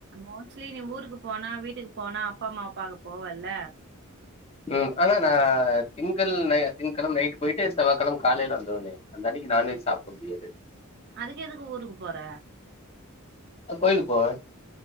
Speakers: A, on the right; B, on the left.
A: மோஸ்ட்லி நீ ஊருக்கு போனா வீட்டுக்கு போனா அப்பா அம்மா பா பாக்க போவல்ல
B: ம் ஆனா நா திங்கள் நை திங்க்கிழம் நைட் போயிட்டு செவ்வாகிழம காலையல வந்த உடனே அந்த அன்னிக்கு நான்வெஜ் சாப்ட முடியாது
A: அதுக்கு எதுக்கு ஊருக்கு போற
B: அ கோயிலுக் போவெ